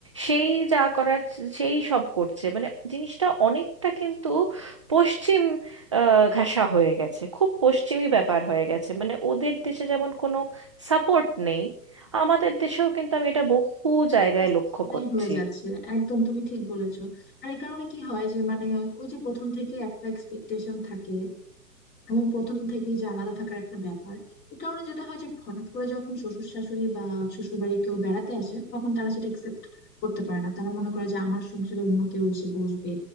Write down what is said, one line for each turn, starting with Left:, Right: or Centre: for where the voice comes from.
Right: সেই যা করার সেই সব করছে মানে জিনিসটা অনেকটা কিন্তু পশ্চিম আহ, ঘেঁষা হয়ে গেছে খুব পশ্চিমী ব্যাপার হয়ে গেছে মানে ওদের দেশে যেমন কোনো সাপোর্ট নেই আমাদের দেশেও কিন্তু আমি এটা বহু জায়গায়
Left: ব্যাস,
Right: লক্ষ্য
Left: সেটাই
Right: করছি
Left: হয়ে যাচ্ছে একদম তুমি ঠিক বলেছো আর এই কারণে কি হয় যে মানে ওই যে প্রথম থেকে একটা এক্সপেকটেশন থাকে এবং প্রথম থেকেই যে আলাদা থাকার একটা ব্যাপার এই কারণে যেটা হয় যে হঠাৎ করে যখন শ্বশুর শাশুড়ি বা শ্বশুর বাড়ি কেউ বেড়াতে আসে তখন তারা সেটা একসেপ্ট করতে পারে না তারা মনে করে যে আমার সংসারে অন্য কেউ এসে বসবে